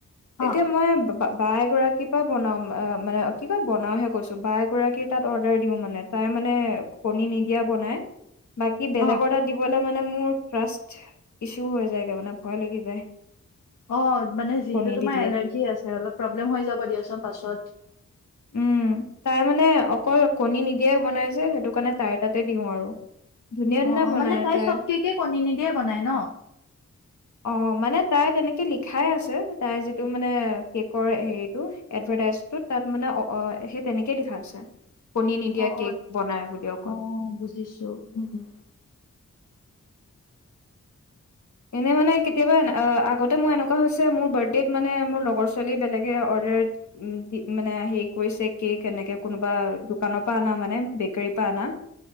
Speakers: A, on the left (about 65°); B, on the left (about 90°).
A: তেতিয়া
B: অ',
A: মই ব- বা বা এগৰাকীৰ পৰা বনাওঁ অ' মানে কি কয়, বনাওঁহে কৈছোঁ। বা এগৰাকীৰ তাত অৰ্ডাৰ দিওঁ মানে। তাই মানে কণী নিদিয়া বনায়। বাকী বেলেগৰ
B: অ
A: তাত দিবলে মানে মোৰ ট্ৰাষ্ট ইছ্যু হৈ যায়গে, মানে ভয় লাগি যায়।
B: অ' মানে যিহেতু
A: কণী
B: তোমাৰ
A: দি দিয়ে
B: এলাৰ্জি
A: বুলি।
B: আছে অলপ, প্ৰব্লেম হৈ যাব দিয়াচোন পাছত।
A: উম, তাই মানে অকল কণী নিদিয়াই বনায় যে, সেইটো কাৰণে তাইৰ তাতে দিওঁ আৰু। ধুনীয়া - ধুনীয়া
B: অ অ
A: বনায়
B: মানে
A: তাই।
B: চব কেকে কণী নিদিয়ে বনাই ন
A: অ' মানে তাই তেনে তে লিখাই আছে। তাইৰ যিটো মানে কেকৰ হেৰিটো এডভাৰটাইজটোত। তাত মানে অ'-অ'- সেই তেনেকেই লিখা আছে। কণী নিদিয়া
B: অ' -
A: কেক
B: অ'।
A: বনাই বুলি অকল।
B: অ' বুজিছোঁ। উম - উম।
A: এনে মানে কেতিয়াবা অ'- আগতে মোৰ এনেকুৱা হৈছে, মোৰ বাৰ্থডেত মানে মোৰ লগৰ ছোৱালী বেলেগে অৰ্ডাৰ দি- উম- মানে হেৰি কৰিছে কেক এনেকে কোনোবা দোকানৰ পৰা অনা মানে বেকাৰীৰ পৰা অনা।